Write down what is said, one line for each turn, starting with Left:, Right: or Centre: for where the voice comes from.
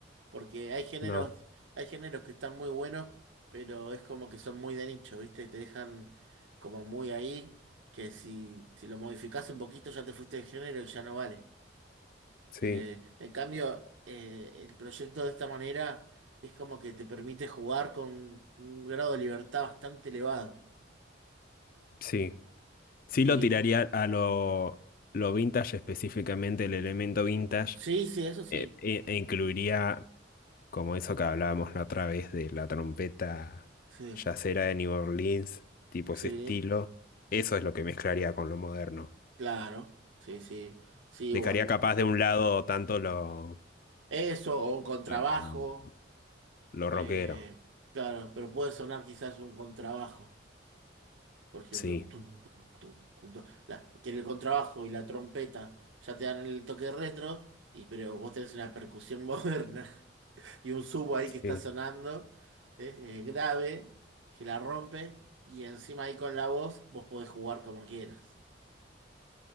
Right: Porque hay géneros,
Left: no,
Right: hay géneros que están muy buenos, pero es como que son muy de nicho, ¿viste? Y te dejan como muy ahí, que si, si lo modificás un poquito ya te fuiste del género y ya no vale.
Left: sí,
Right: Eh, en cambio, eh, el proyecto de esta manera es como que te permite jugar con un grado de libertad bastante elevado.
Left: sí. Sí
Right: Y
Left: lo tiraría a lo, lo vintage, específicamente el elemento vintage,
Right: sí, sí, eso sí.
Left: eh, e, e incluiría como eso que hablábamos la otra vez de la trompeta
Right: Sí,
Left: yacera de New Orleans, tipo
Right: sí,
Left: ese estilo. Eso es lo que mezclaría con lo moderno.
Right: claro. Sí, sí. Sí,
Left: Dejaría
Right: o algo.
Left: capaz
Right: o-
Left: de un lado tanto lo,
Right: Eso, o un contrabajo.
Left: lo, lo
Right: Eh,
Left: rockero.
Right: claro, pero puede sonar quizás un contrabajo, por ejemplo,
Left: Sí,
Right: un tum, tum, tum, un tum. La- que el contrabajo y la trompeta ya te dan el toque retro, y, pero vos tenés una percusión <laughs> moderna y un subo ahí que está
Left: sí,
Right: sonando eh, eh, grave, que la rompe, y encima ahí con la voz vos podés jugar como quieras.